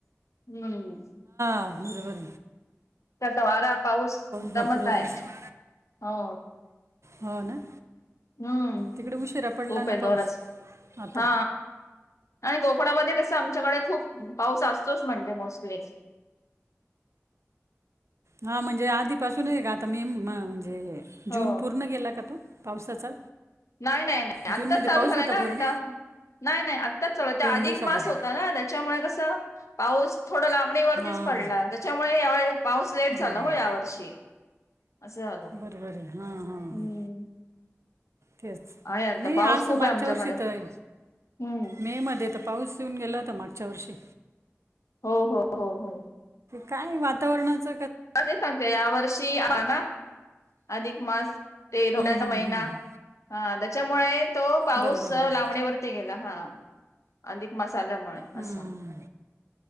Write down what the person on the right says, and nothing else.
ह निरोबर
भरपूरच
असतो
हो ना
तिकडे उशिरा पडला
ना
पाऊस आता
हा म्हणजे आधीपासूनच का आता मी म्हणजे
जून पूर्ण गेला का तो पावसाचा
जूनमध्ये
पाऊस
होता
पूर्ण?
दिवसापूर्वी.
हां.
बरोबर,
बरोबर आहे. हां, हां, हां.
तेच
नाही
असं
मागच्या
वर्षी तर
मे मध्ये तर पाऊस पिऊन गेलाता मागच्या वर्षी
काय वातावरणाच
हं, हं,
हं, हं.
बरोबर, बरोबर.
हं.